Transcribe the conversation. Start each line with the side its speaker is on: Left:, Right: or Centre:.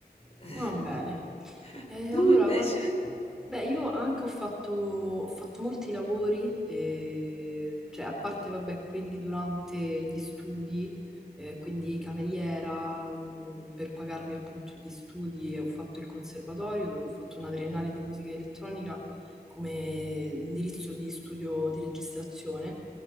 Left: <laughs>
Centre: Va bene. Eh,
Left: Tu
Centre: allora,
Left: invece?
Centre: guarda, beh, io anche ho fatto, ho fatto molti lavori, eh, cioè a parte, vabbè, quelli durante gli studi, eh, quindi cameriera, mh, per pagarmi appunto gli studi, e ho fatto il conservatorio dove ho fatto una triennale di musica elettronica come indirizzo di studio di registrazione.